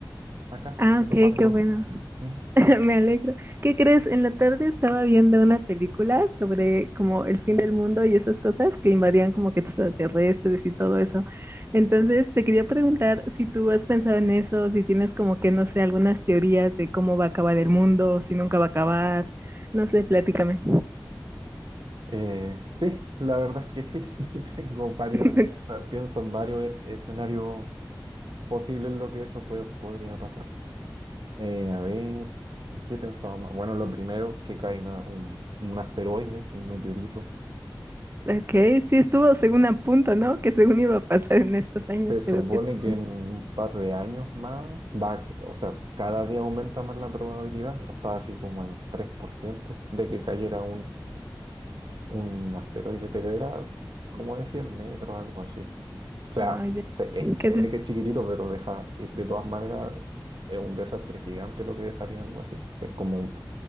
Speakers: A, on the right (about 75°); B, on the right (about 30°).
A: acá
B: Ah,
A: retomando.
B: ok, qué bueno.
A: Mm.
B: <laughs> Me alegro. ¿Qué crees? En la tarde estaba viendo una película sobre como el fin del mundo y esas cosas que invadían como que extraterrestres y todo eso. Entonces, te quería preguntar si tú has pensado en eso, si tienes como que, no sé, algunas teorías de cómo va a acabar el mundo, si nunca va a acabar. No sé, platícame.
A: Eh, sí, la verdad es que sí, <laughs> tengo varios,
B: <laughs>
A: o sea, pienso en varios e- escenarios posibles en lo que eso puede- podría pasar. Eh, a ver, ¿en qué pensaba más? Bueno, lo primero, que caiga un, un asteroide, un meteorito.
B: Ok, sí estuvo según a punto, ¿no? Que según iba a pasar en estos años,
A: Se supone
B: pero que según...
A: que en un par de años más va, o sea, cada día aumenta más la probabilidad, pero está así como en 3% de que cayera un asteroide, pero era como de 100 metros, algo así. O sea,
B: Ah, ya.
A: se, es- se
B: ¿Qué
A: ve que es chiquitito, pero deja, y de todas maneras, es un desastre gigante lo que dejaría algo así. Es como